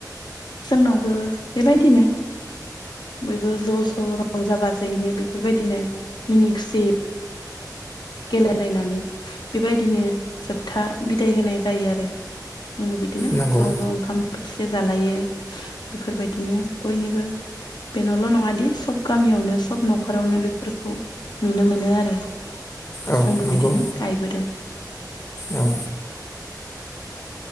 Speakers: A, on the left; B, on the left.
A: जोंनावबो बेबायदिनो बयबो ज' ज' रंजा-बाजायैनो बेफोरबायदिनो मिनि-खुसि गेलेलायनानै बेबायदिनो जोबथा बिदाय होनाय जायो आरो आंबो बिदिनो
B: नंगौ
A: ज' ज' ओंखाम- ओंख्रि जे जालायो बेफोरबायदिनो बयनिबो बेनावल' नङा दि सब गामियावनो सब न'खरावनो बेफोरखौ नुनो मोनो आरो।
B: औ
A: जोंबो
B: नंगौ
A: बिदिनो गायबोदों
B: औ